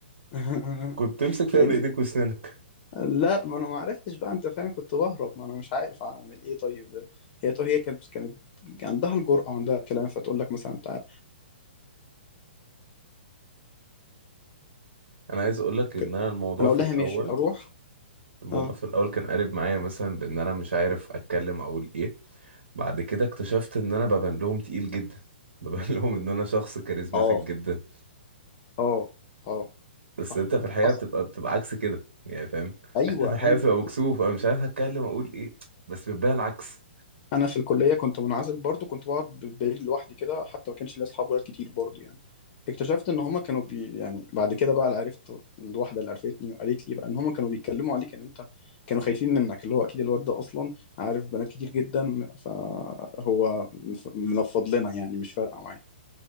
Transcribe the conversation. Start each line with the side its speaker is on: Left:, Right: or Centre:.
Left: <laughs>
Right: كنت تمسك فيها
Left: لان
Right: بايديك واسنانك
Left: لا ما انا ما عرفتش بقى انت فاهم كنت بهرب ما انا مش عارف اعمل ايه طيب هي تقول هي كانت كانت عندها الجرأة وعندها الكلام فتقول لك مثلا تعالى
Right: انا عايز اقول لك ان
Left: كده
Right: انا الموضوع
Left: انا
Right: في
Left: اقول لها
Right: الاول
Left: ماشي اروح
Right: الموضوع
Left: اه
Right: في الاول كان قالب معايا مثلا بان انا مش عارف اتكلم اقول ايه بعد كده اكتشفت ان انا ببان لهم تقيل جدا <laughs> ببان لهم ان انا شخص كاريزماتيك
Left: اه
Right: جدا
Left: اه اه
Right: بس
Left: صح
Right: انت في الحقيقه
Left: حصل
Right: بتبقى بتبقى عكس كده يعني فاهم
Left: ايوه
Right: انت في الحقيقه
Left: ايوه
Right: بتبقى مكسوف
Left: أيوه.
Right: انا مش عارف اتكلم اقول ايه بس بتبان العكس
Left: انا في الكليه كنت منعزل برضو كنت بقعد ب- بعيد لوحدي كده حتى ما كانش ليا اصحاب ولاد كتير برضو يعني اكتشفت ان هما كانوا بي يعني بعد كده بقى اللي عرفت الواحده اللي عرفتني وقالت لي بقى ان هما كانوا بيتكلموا عليك ان انت كانوا خايفين منك اللي هو اكيد الواد ده اصلا عارف بنات كتير جدا فهو مف- منفض لنا يعني مش فارقه معايا